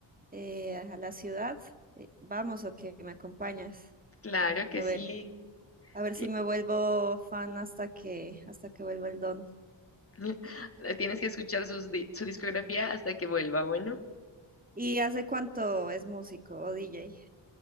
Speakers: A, on the right (about 20°); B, on the left (about 30°).
A: eh, a la ciudad, eh, vamos o que me acompañas.
B: Claro que
A: A ver,
B: sí.
A: a ver
B: cl-
A: si me vuelvo fan hasta que hasta que vuelva el don.
B: <laughs> Tienes que escuchar sus di- su discografía hasta que vuelva. Bueno,
A: ¿Y hace cuánto es músico o DJ?